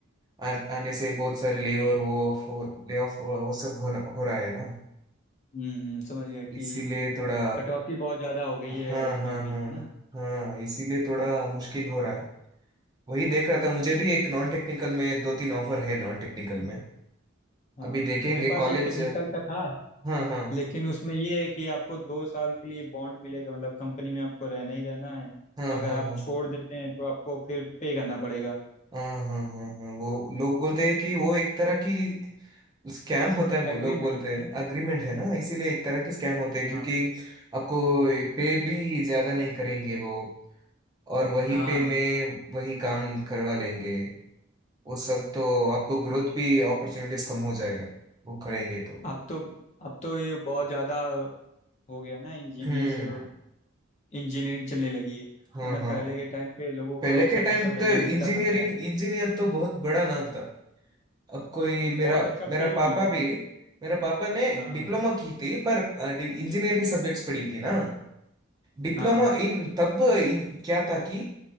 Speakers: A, on the right; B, on the left.
A: आ, आने से बहुत सारे ले और वो ऑफ ले ऑफ वो सब हो, हो रहा है ना
B: हम्म हम्म समझ गया कि
A: इसीलिए थोड़ा
B: कटौती बहुत ज़्यादा हो गई
A: हाँ
B: है
A: हाँ
B: नौकरी
A: हाँ
B: की ना
A: हाँ इसीलिए थोड़ा मुश्किल हो रहा है वही देख रहा था मुझे भी एक नॉन टेक्निकल में दो तीन ऑफर है नॉन टेक्निकल में
B: हाँ
A: अभी देखेंगे
B: मेरे पास
A: कॉलेज
B: एक टेक्निकल का था
A: हाँ हाँ
B: लेकिन उसमें ये है कि आपको दो साल के लिए बॉन्ड मिलेगा मतलब कंपनी में आपको रहना ही रहना है
A: हाँ
B: अगर
A: हाँ
B: आप
A: हाँ
B: छोड़ देते हैं तो आपको फिर पे करना पड़ेगा
A: हाँ हाँ हाँ हाँ वो लोग बोलते हैं कि वो एक तरह की स्कैम होता है वो
B: एग्रीमेंट
A: लोग बोलते
B: है
A: हैं अग्रीमेंट है ना इसीलिए एक तरह की स्कैम होते हैं
B: हाँ
A: क्योंकि आपको पे भी ज्यादा नहीं करेंगे वो और वही
B: हाँ
A: पे में वही काम करवा लेंगे वो सब तो आपको ग्रोथ भी अपॉर्चुनिटीज कम हो जाएगा वो करेंगे तो
B: अब तो अब तो ये बहुत ज़्यादा हो गया ना इंजीनियर्स
A: हम्म
B: इंजीनियरिंग चलने लगी है
A: हाँ
B: वरना
A: हाँ
B: पहले के टाइम पे लोगों
A: पहले
B: को
A: के
B: अच्छा
A: टाइम
B: खासा वैल्यू
A: तो
B: मिलता
A: इंजीनियरिंग
B: था उनका
A: इंजीनियर तो बहुत बड़ा नाम था अब कोई
B: हाँ,
A: मेरा
B: बहुत अच्छा पे
A: मेरा
B: भी
A: पापा
B: मिलता था
A: भी
B: उन्हें
A: मेरा पापा ने
B: हाँ
A: डिप्लोमा की थी पर इंजीनियरिंग सब्जेक्ट्स पढ़ी थी ना डिप्लोमा
B: हाँ
A: इन तब इन क्या था कि